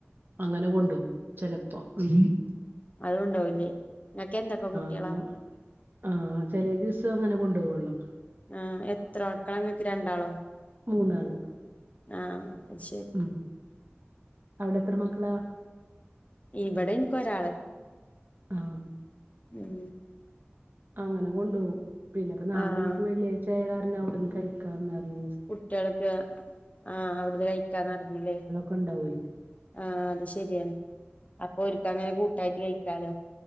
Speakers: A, on the right; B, on the left.
A: അങ്ങനെ കൊണ്ടുപോകും ചെലപ്പോ ഉം
B: അതുകൊണ്ടോവില്ലേ നിനക്ക് എന്തൊക്കെ കുട്ടികളാ?
A: അങ്ങനെ ആ ചെലേ ദിവസം അങ്ങനെ കൊണ്ടോകു വെള്ളം
B: ആ എത്ര മക്കളാ നിങ്ങൾക്ക് രണ്ടാളോ?
A: മൂന്നാള്
B: ആ ശരി
A: ഉം അവിടെ എത്ര മക്കളാ?
B: ഇവിടെ എനിക്കൊരാള്.
A: ആഹ്
B: ഉം
A: അങ്ങനെ കൊണ്ടുപോകും പിന്നെപ്പോ നാളെ
B: ആഹ്
A: നിനക്ക് വെള്ളിയാഴ്ച ആയ കാരണം അവിടെന്ന് കഴിക്കാവെന്ന്പറഞ്ഞു.
B: കുട്ടികൾക്ക് ആ അവിടുന്ന് കഴിക്കാന്ന് പറിഞ്ഞില്ലേ?
A: കൊണ്ടോവേ
B: ആ അത് ശരിയാണ് അപ്പൊ ഒരിക്ക് അങ്ങനെ കൂട്ടായിട്ട് കഴിക്കാലോ.